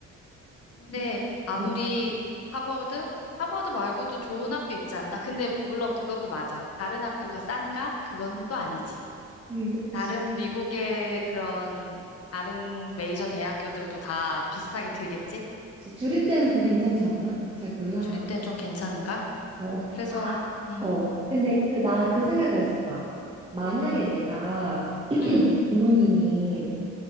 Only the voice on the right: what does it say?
주-
음,
하긴 그치.
그치. 주립대는 좀 괜찮지 않나? 잘 몰라,
어,
아,
어. 근데 그, 나 그 생각을 했었다. 만약에 내가
부모님이